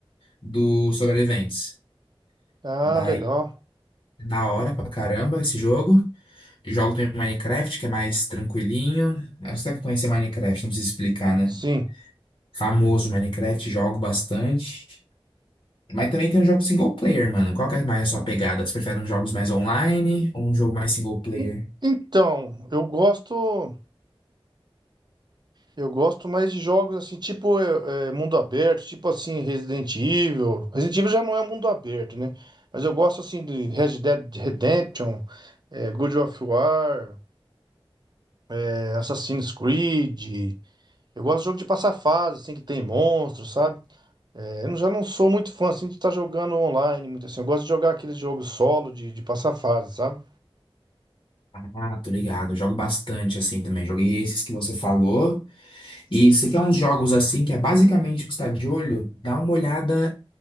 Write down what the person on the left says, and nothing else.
dos sobreviventes.
Daí
Da hora pra caramba esse jogo. Jogo também Minecraft, que é mais tranquilinho. Acho que você deve conhecer Minecraft, não precisa explicar, né?
Famoso Minecraft, jogo bastante. Mas também tem um jogo single player, mano. Qual que é mais a sua pegada? Você prefere uns jogos mais online ou um jogo mais single player?
Ah, tô ligado. Eu jogo bastante assim também. Joguei esses que você falou. E se quer uns jogos assim, que é basicamente o que está de olho, dá uma olhada.